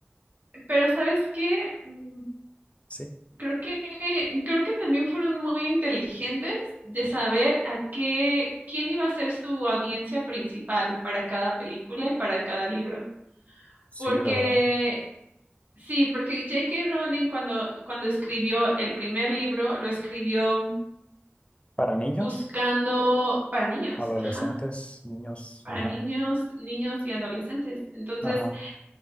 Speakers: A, on the right (about 45°); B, on the left (about 30°).
A: pero ¿sabes qué? Mm,
B: Sí.
A: Creo que, creo que también fueron muy inteligentes de saber a qué, quién iba a ser su audiencia principal para cada película y para cada libro.
B: Sí,
A: Porque,
B: ¿verdad?
A: sí, porque J.K. Rowling cuando, cuando escribió el primer libro, lo escribió
B: Para niños,
A: buscando para niños,
B: adolescentes,
A: ajá,
B: niños.
A: para
B: Ajá.
A: niños, niños y adolescentes. Entonces,
B: Ajá.